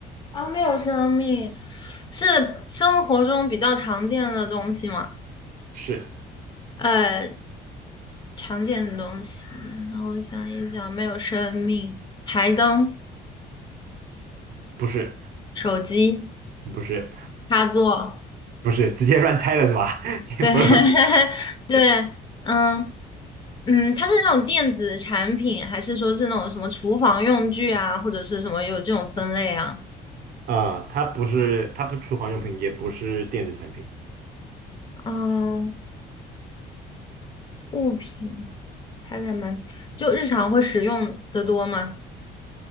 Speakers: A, on the left (about 25°); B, on the right (about 60°).
A: 啊，没有生命，是生活中比较常见的东西吗？
B: 是
A: 呃，常见的东西，让我想一想，没有生命，台灯、
B: 不是？
A: 手机、
B: 不是
A: 插座，
B: 不是，直接乱猜了是吧？<laughs> 你不是
A: 对 <laughs> 对，嗯嗯，它是那种电子产品，还是说是那种什么厨房用具啊，或者是什么有这种分类啊？
B: 啊、呃它不是，它不是厨房用品，也不是电子产品，
A: 嗯，物品，猜猜嘛，就日常会使用的多吗？